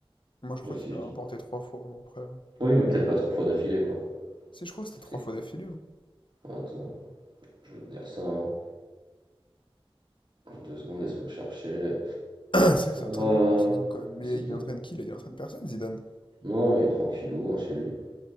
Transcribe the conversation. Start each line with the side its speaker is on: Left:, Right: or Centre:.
Left: moi je
Right: Je,
Left: crois
Right: si
Left: qu'il
Right: je
Left: a
Right: dis.
Left: remporté trois fois, mais après... euh,
Right: Oui, mais peut-être pas trois fois d'affilée, quoi.
Left: Si, je crois que c'était trois
Right: C'est-
Left: fois d'affilée, non?
Right: Attends, je vais te dire ça. hein. Deux secondes, laisse-moi chercher.
Left: <clears throat> C'est vrai que c'est un
Right: Euh,
Left: très bon coach, Zizou, quand même. Mais
Right: si t'as-
Left: il entraîne qui, là? Il entraîne personne, Zidane.
Right: Non, il est tranquillou hein, chez lui.